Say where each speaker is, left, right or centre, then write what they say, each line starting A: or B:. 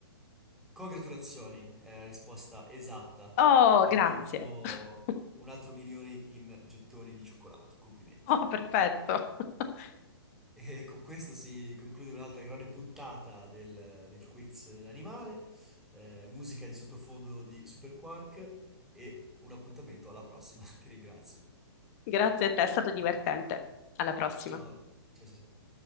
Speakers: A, in the centre; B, on the left (about 35°).
A: Congratulazioni, è la risposta esatta.
B: Oh,
A: Hai
B: grazie.
A: vinto
B: <laughs>
A: un altro milione in gettoni di cioccolato. Complimenti.
B: Oh, perfetto. <laughs>
A: E con questo si conclude un'altra grande puntata del, del quiz animale, eh, musica di sottofondo di Super Quark e un appuntamento alla prossima. <laughs> Ti ringrazio.
B: Grazie a te, è stato divertente. Alla prossima.
A: Ciao, ciao, ciao. ciao.